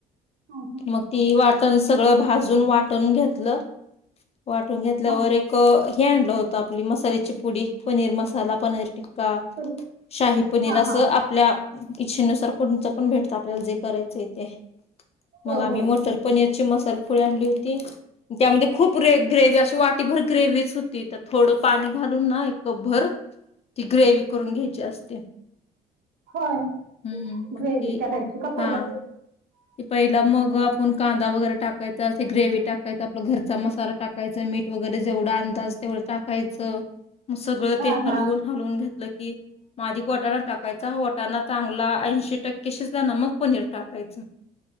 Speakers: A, on the right (about 60°); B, on the left (about 35°).
A: हा हा
B: मग ती वाटण सगळं भाजून वाटण घेतलं. वाटून घेतल्यावर
A: हा
B: एक हे आणलं होतं आपली मसाल्याची पुडी पनीर मसाला पनीर टिक का
A: पण
B: शाही पनीर
A: हा
B: अस
A: हा
B: आपल्या इच्छेनुसार कोणचं पण भेटत आपल्याला जे करायचंय ते
A: हो
B: मग आम्ही
A: हो
B: मो
A: हो
B: पनीरची मसाल पुढ आणली होती त्यामध्ये खूप रे ग्रेव्ही अशी वाटीभर ग्रेवीच होती तर थोडं पाणी घालून ना एक कप भर ती ग्रेव करून घ्यायची असते
A: होय
B: हम्म मग
A: ग्रेवी
B: ती
A: करायची का पहिल
B: हा पहिला मग आपण कांदा वगैरे टाकायचा तेे ग्रेवी टाक कायआपलं घरचा मसाला टाकायच मीठ वगैरे जेवढा अंदाज तेवढं टाकायचं सगळं
A: हा
B: ते
A: हा
B: हलवून हलवून घेतलं की आधी मंग वाटाणा टाकायचा वटाणा चांगला ऐशी, टक्के शिजला का मग पनीर टाकायचं